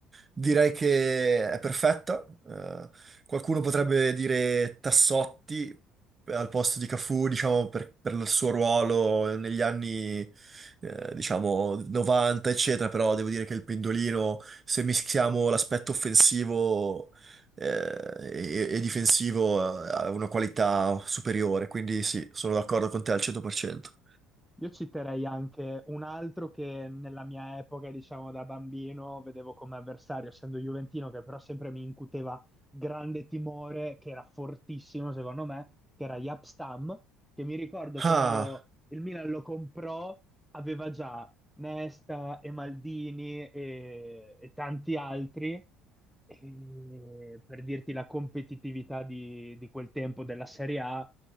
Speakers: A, on the right; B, in the centre.
A: direi che è perfetta. Eh, qualcuno potrebbe dire Tassotti eh, al posto di Cafù, diciamo, per, per il suo ruolo negli anni, eh, diciamo, 90, eccetera, però devo dire che il pendolino, se mischiamo l'aspetto offensivo, eh, e, e difensivo, eh, ha una qualità superiore, quindi sì, sono d'accordo con te al 100%.
B: Io citerei anche un altro che nella mia epoca, diciamo da bambino, vedevo come avversario, essendo Juventino, che però sempre mi incuteva grande timore, che era fortissimo secondo me, che era Jaap Stam, che mi ricordo
A: Ah.
B: quando il Milan lo comprò, aveva già Nesta e Maldini e, e tanti altri. E per dirti la competitività di, di quel tempo della Serie A,